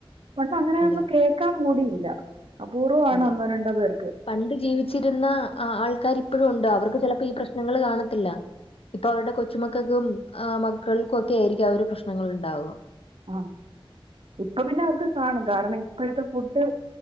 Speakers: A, on the right; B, on the left.
A: പണ്ട് അങ്ങനെ
B: അതെ
A: ഒന്നും കേൾക്കാൻ കൂടിയില്ല. അപൂർവമാണ്
B: അതെ.
A: ഒന്നോ രണ്ടോ പേർക്ക്.
B: പണ്ട് ജീവിച്ചിരുന്ന ആൾക്കാർ ഇപ്പോഴും ഉണ്ട് അവർക്ക് ചിലപ്പോ ഈ പ്രശ്നങ്ങൾ കാണത്തില്ല. ഇപ്പൊ അവരുടെ കൊച്ചുമക്കൾക്കും ആ മക്കൾക്കും ഒക്കെ ആയിരിക്കും ആ ഒരു പ്രശ്നങ്ങൾ ഉണ്ടാവുക.
A: ആഹ്‌, ഇപ്പൊ, പിന്നെ, അവർക്ക് കാണും. കാരണം ഇപ്പോഴത്തെ ഫുഡ്.